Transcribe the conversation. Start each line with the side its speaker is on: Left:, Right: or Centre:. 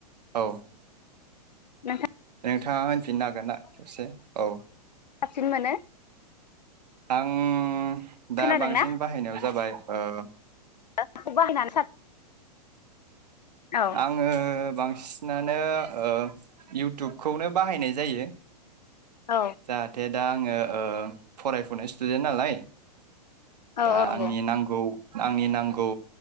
Right: औ
Left: नाथा
Right: नोंथाङा होनफिन हागोन ना खेबसे औ
Left: साबसिन मोनो
Right: आं दा
Left: खोनादोंना?
Right: बांसिन बाहायनायाव जाबाय ओ
Left: माखौ बाहायनानै साब औ
Right: आङो बां सिनानो ओ इउटुबखौनो बाहायनाय जायो
Left: औ
Right: जाहाथे दा आङो ओ फरायफुनाय स्टुदेन्ट नालाय
Left: औ
Right: दा
Left: औ नंगौ
Right: आंनि नांगौ आंनि नांगौ